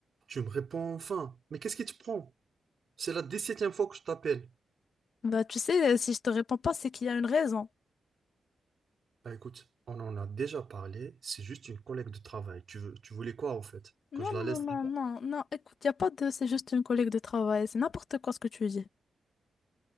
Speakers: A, on the right; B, on the left.
A: Tu me réponds enfin. Mais qu'est-ce qui te prend? C'est la dix-septième fois que je t'appelle.
B: Bah, tu sais, euh, si je te réponds pas, c'est qu'il y a une raison.
A: Bah écoute, on en a déjà parlé. C'est juste une collègue de travail. Tu veux, tu voulais quoi en fait?
B: Non,
A: Que je la laisse
B: non, non,
A: là-bas
B: non, non. Écoute, il a pas de... C'est juste une collègue de travail. C'est n'importe quoi ce que tu dis.